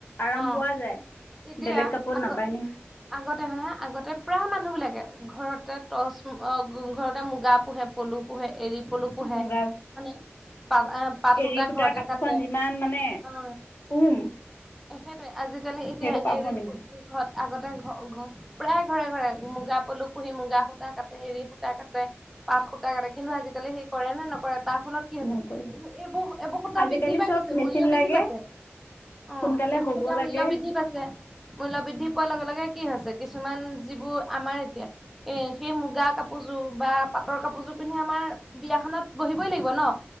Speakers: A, on the left; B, in the centre.
A: আৰাম
B: অ
A: পোৱা যায়
B: এতিয়া
A: বেলেগ কাপোৰত
B: আগ
A: নাপায় নহয়
B: আগতে হলেহে আগতে প্ৰায় মানুহ বিলাকে ঘৰতে টৰ্চ ঘৰতে মুগা পোহে পলু পোহে এী কলো পোহে
A: বগা
B: মানে পাত অহ পাত সূতা
A: এৰী সূতাৰ
B: ঘৰতে
A: কাপোৰখন
B: কাটে
A: যিমান মানে
B: অ
A: উম
B: সেইটয়ে আজিকালি এতিয়া
A: সেইটো পাব
B: এই
A: নেকি
B: ঘৰত আগতে ঘ ঘ প্ৰায় ঘৰে ঘৰে মুগা পলু পুহি মুগা সূতা কাট এৰি সূতা কাটে আঠ সুতা কাটে কিন্তু আজিকালি সেই কৰে নে নকৰে তাৰ ফলত কি আ হৈছে
A: নকৰে
B: এইব এবসুতা
A: আজিকালি
B: বৃদ্ধি পাই
A: চব
B: গৈছে
A: মেচিন
B: মূল্য বৃদ্ধি
A: লাগে
B: পাইছে অ
A: সোনকালে
B: এইবোৰ
A: হ'ব
B: কতে
A: লাগে
B: মূল্য বৃদ্ধি পাইছে মূল্য বৃদ্ধি পোৱাৰ লগে লগে কি হৈছে কিছুমান যিবোৰ আমাৰ এতিয়া এ সেই মুগা কাপোৰযোৰ বা পাটৰ কাপ কাপৰযোৰ পিন্ধি আমাৰ বিয়া খনত বহিবই লাগিব ন